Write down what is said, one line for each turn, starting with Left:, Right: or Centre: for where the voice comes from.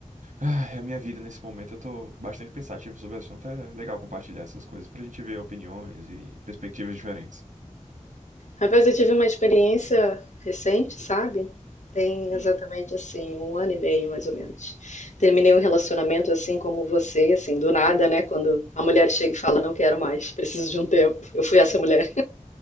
Right: Ai, a minha vida nesse momento. Eu tô bastante pensativo sobre o assunto. É legal compartilhar essas coisas pra gente ver opiniões e perspectivas diferentes.
Left: Rapaz, eu tive uma experiência recente, sabe? Tem
Right: Hum.
Left: exatamente assim, um ano e meio, mais ou menos. Terminei um relacionamento assim como você, assim, do nada, né? Quando a mulher chega e fala, não quero mais, preciso de um tempo. Eu fui essa mulher.